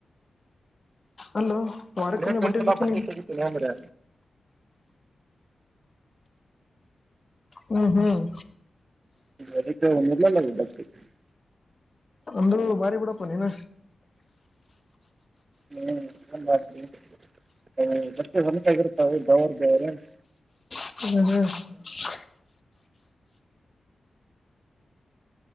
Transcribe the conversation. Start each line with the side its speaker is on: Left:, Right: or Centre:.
Left: ಅಲ್ಲೋ ವಾರಕ್ಕೊಮ್ಮೆ
Right: ದಿನಕ್ಕೊಂದ್ಸಲ
Left: ಬಟ್ಟೆ ಹೋಗತಿ ನೀ
Right: ತೆಗಿತೀನಿ ಅಂದ್ರ
Left: ಹ್ಮ್ ಹ್ಮ್
Right: ಅದಕ್ಕೆ ಮೊದಲ್ ಎಲ್ಲಾ <unintelligible>
Left: ಒಂದು ಬಾರಿ ಬಿಡಪ್ಪ ನೀನ
Right: ಹ್ಮ್ ಏನ್ ಮಾಡತಿ ಹ್ ಮತ್ತೆ <unintelligible>
Left: <unintelligible>